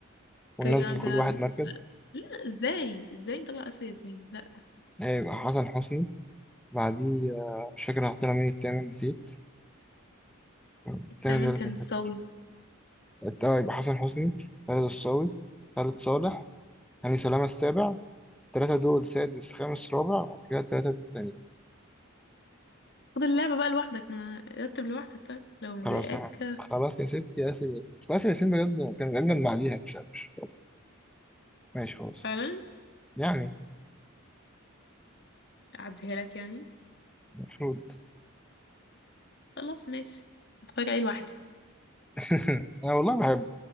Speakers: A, in the centre; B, on the left (about 55°).
A: وننزل
B: عبد
A: كل
B: العزيز
A: واحد مركز
B: لا لا ازاي ازاي نطلع آسر ياسين لا
A: هيبقى حسن حسني بعديه آه، مش فاكر حطينا مين التامن نسيت التامن
B: الثامن
A: ده اللي
B: كان
A: مسكه
B: الصاوي
A: التاني يبقى حسن حسني خالد الصاوي خالد صالح هاني سلامة السابع التلاتة دول سادس خامس رابع وبعد كده التلاتة التانيين
B: خد اللعبة بقى لوحدك ما رتب لوحدك طيب لو مضايقاك
A: خلاص أنا خلاص يا ستي ياسر ياسين بس ياسر ياسين بجد كان أجمد بعديها مش مش ماشي خلاص
B: فعلا
A: يعني
B: أعديها لك يعني
A: المفروض
B: خلاص ماشي اتفرج عليه لوحدي
A: <laughs> أنا والله بحب